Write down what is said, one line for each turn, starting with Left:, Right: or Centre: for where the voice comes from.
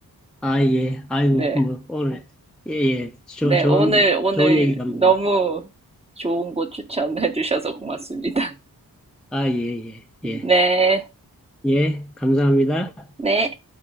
Centre: 아, 예. 아이고,
Right: 네.
Centre: 뭐, 오늘. 예, 예. 저,
Right: 네.
Centre: 좋은,
Right: 오늘, 오늘
Centre: 좋은 얘기 감독님.
Right: 너무 좋은 곳 추천해 주셔서 고맙습니다.
Centre: 아, 예, 예, 예.
Right: <laughs> 네.
Centre: 예, 감사합니다.
Right: 네.